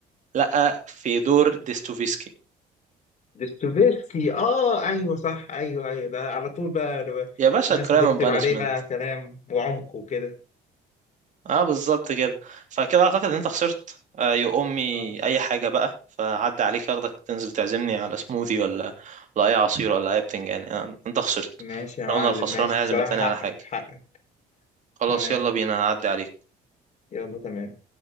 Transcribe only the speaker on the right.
لا آه، في دور ديستوفيسكي
يا باشا
Crime
and Punishment
اه بالظبط كده فكده اعتقد ان انت خسرت آه، يو امي
اي حاجه بقى فعدى عليك اخدك تنزل تعزمني على سموذي ولا ولا اي عصير ولا اي بتنجان يعني انت خسرت
احنا
قلنا الخسران
هيعزم
التاني على
حاجه
خلاص
يلا بينا هعدي عليك